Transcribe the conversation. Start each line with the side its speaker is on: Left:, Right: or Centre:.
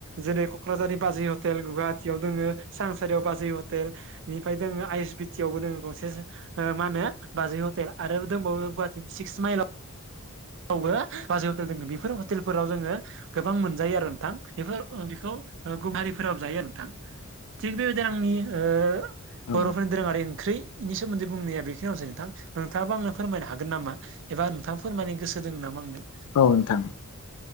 Right: जेरै क'क्राझारि बाजै हटेल गुवाहाटियाव दङो सांसारियाव बाजै हटेल। बेनिफ्राय दोङ आइ एस बि टि आवबो दोङो गंसे सो ओ मा होनो बाजै हटेल आरो दंबावो गुवाहाटिनि सिक्स माइलाव आवबो बाजै हटेल दङ बेफोर हटेलफोराव जोङो गोबां मोनजायो आरो नोंथां बेफोर ओ बेखौ। ओ गुवारिफोराब जायो नोंथां थिग बेबायदिनो आंनि ओ
Left: औ
Right: बर'फोरनि दोरोङारि ओंख्रिनि सोमोन्दै बुंनाया बेखिनियावसै नोंथां नोंथाङाबा आंनो फोरमायनो हागोन नामा। एबा नोंथाङाफोरमायनाय गोसो दङो नामा आंनो
Left: औ नोंथां